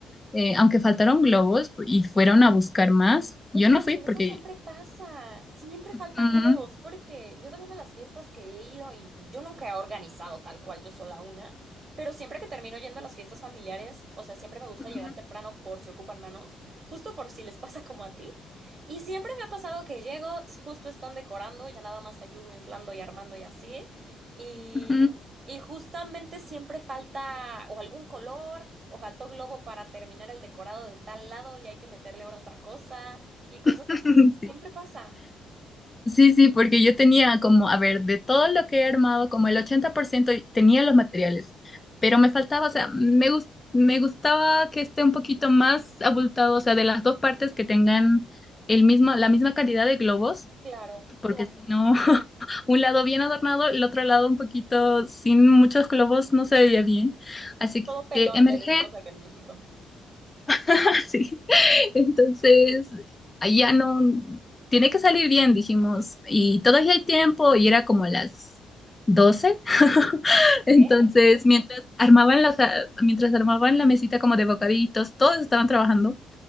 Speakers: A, on the left (about 25°); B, on the right (about 45°).
A: eh, aunque faltaron globos y fueron a buscar más, yo
B: Oye,
A: no
B: también
A: fui porque...
B: eso siempre pasa, siempre faltan
A: Ujú,
B: globos, porque yo también a las fiestas que he ido y yo nunca he organizado tal cual yo sola una, pero siempre que termino yendo a las fiestas familiares, o sea, siempre me gusta
A: ujú,
B: llegar temprano por si ocupan manos, justo por si les <laughs> pasa como a ti, y siempre me ha pasado que llego, s- justo están decorando, ya nada más ayudo inflando y armando y así, y...
A: ujú.
B: Y justamente siempre falta o algún color o faltó globo para terminar el decorado de tal lado y hay que meterle ahora otra cosa y cosas
A: <laughs>
B: así. Siempre pasa.
A: Sí, sí, porque yo tenía como, a ver, de todo lo que he armado, como el 80% y tenía los materiales, pero me faltaba, o sea, me gus- me gustaba que esté un poquito más abultado, o sea, de las dos partes que tengan el mismo, la misma cantidad de globos,
B: Claro.
A: porque si no, <laughs> un lado bien adornado, el otro lado un poquito sin muchos globos no se veía bien. Así
B: Todo pelón
A: que emergé,
B: le decimos acá en México.
A: <laughs> sí. Entonces, ya no, tiene que salir bien, dijimos, y todavía hay tiempo, y era como las doce <laughs> Entonces,
B: ¿Qué?
A: mientras armaban las, a- mientras armaban la mesita como de bocaditos, todos estaban trabajando,